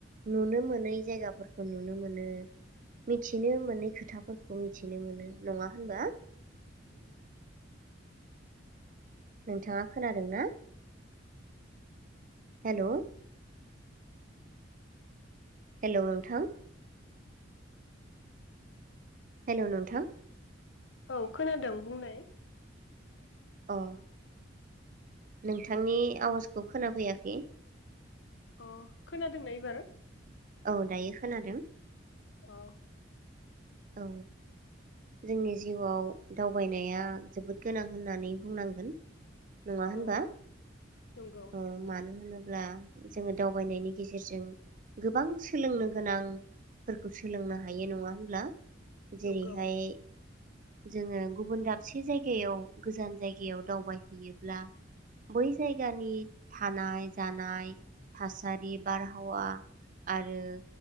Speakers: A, on the right (about 45°); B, on the left (about 65°).
A: नुनो मोनै जायगाफोरखौ नुनो मोनो मिथिनो मोनै खोथाफोरखौ मिथिनो मोनो नङा होनबा
B: उ
A: नोंथाङा खोनादों ना हेल हेल नोंथां हेल नोथां
B: औ खोनादों बुंनाय
A: अ नोंथांनि आवाजखौ खोनाफैयाखै
B: अ खोनादोंना एबार
A: औ दायो खोनादों
B: औ
A: औ जोंनि जिउआव दावबायनाया जोबोद गोनां होननानै बुंनांगोन नङा होनबा
B: औ नंगौ
A: अ मानो होनोब्ला अब्ला जोङो दावबायनायनि गेजेरजों गोबां सोलोंनो गोनांफोरखौ सोलोंनो हायो नङा होनब्ला जेरैहाय
B: नंगौ
A: जोङो गुबुन दाबसे जायगायाव गोजान जायगायाव दावबायहैयोब्ला बै जायगानि थानाय जानाय थासारि बारहावा आरो